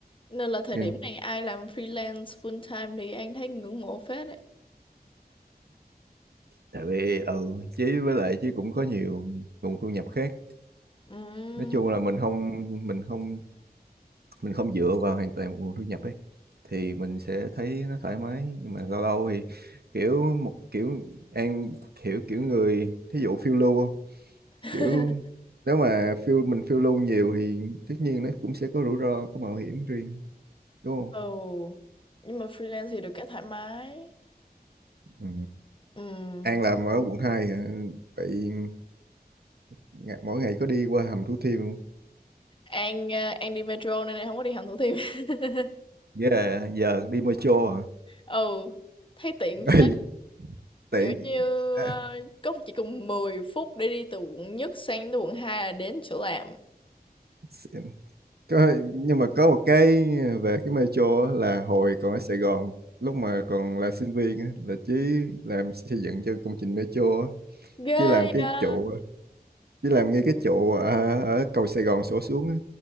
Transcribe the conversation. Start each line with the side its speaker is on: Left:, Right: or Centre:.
Left: Nên là thời
Right: ừ.
Left: điểm này ai làm freelance full time thì anh thấy ngưỡng mộ phết đấy.
Right: tại vì ừ chứ với lại chứ cũng có nhiều nguồn thu nhập khác
Left: Ừm.
Right: nói chung là mình không mình không mình không dựa vào hoàn toàn một nguồn thu nhập ấy thì mình sẽ thấy nó thoải mái nhưng mà lâu lâu thì kiểu một kiểu an hiểu kiểu người thí dụ phiêu lưu
Left: <laughs>
Right: kiểu nếu mà phiêu mình phiêu lưu nhiều thì tất nhiên nó cũng sẽ có rủi ro có mạo hiểm riêng đúng không
Left: Ồ. Nhưng mà freelance thì được cái thoải mái.
Right: ừ.
Left: Ừm.
Right: An làm ở quận 2 hả? vậy ngày- mỗi ngày có đi qua hầm Thủ Thiêm không
Left: An ờ, An đi metro nên em không có đi hầm Thủ Thiêm. <laughs>
Right: yeah, giờ đi metro à?
Left: Ồ. Thấy tiện
Right: <laughs>
Left: phết.
Right: Ê, tiện
Left: Kiểu như
Right: À,
Left: ờ, có chỉ cần 10 phút để đi từ quận nhất sang tới quận 2 là đến chỗ làm.
Right: xịn. có, nhưng mà có một cái về cái metro á là hồi còn ở Sài Gòn lúc mà còn là sinh viên á, là Chí làm xây dựng cho công trình metro á.
Left: Ghê
Right: Chí làm cái
Left: đó.
Right: trụ Chí làm ngay cái trụ ở, ở cầu Sài Gòn sổ xuống á.